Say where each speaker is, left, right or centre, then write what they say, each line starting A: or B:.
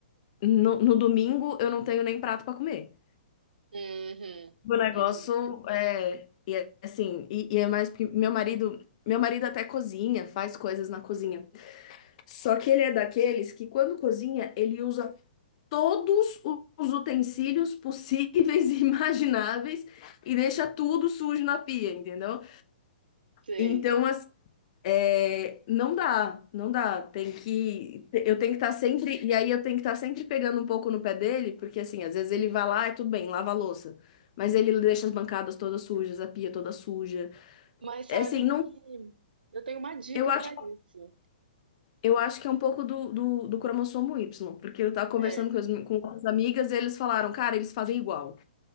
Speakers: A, on the left; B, on the right.
A: no, no domingo eu não tenho nem prato pra comer.
B: Uhum,
A: O negócio
B: uhum,
A: é, e é assim, e, e é mais porque meu marido, meu marido até cozinha, faz coisas na cozinha, só que ele é daqueles que quando cozinha, ele usa todos os utensílios possíveis <laughs> e imagináveis e deixa tudo sujo na pia, entendeu?
B: sei.
A: Então, assim, é, não dá, não dá. Tem que, eu tenho que estar sempre, e aí eu tenho que estar sempre pegando um pouco no pé dele, porque assim, às vezes ele vai lá e tudo bem, lava a louça, mas ele deixa as bancadas todas sujas, a pia toda suja.
B: Mas
A: É
B: sabem
A: assim, não.
B: que eu tenho uma dica
A: Eu acho,
B: para isso.
A: eu acho que é um pouco do, do, do cromossomo Y, porque eu tava conversando
B: É,
A: com, as, com outras amigas e eles falaram, cara, eles fazem igual.